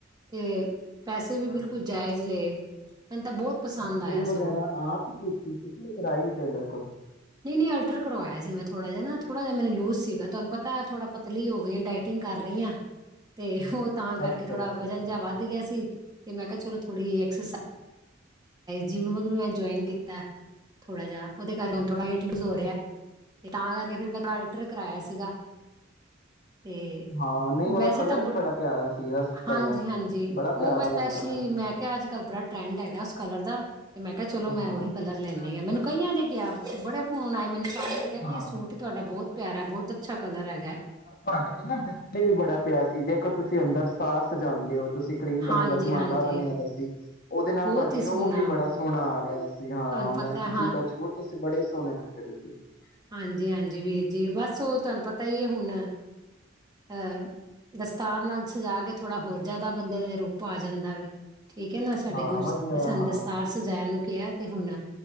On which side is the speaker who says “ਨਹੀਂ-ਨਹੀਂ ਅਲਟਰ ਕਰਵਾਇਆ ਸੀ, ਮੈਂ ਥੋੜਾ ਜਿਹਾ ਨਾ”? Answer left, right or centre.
Right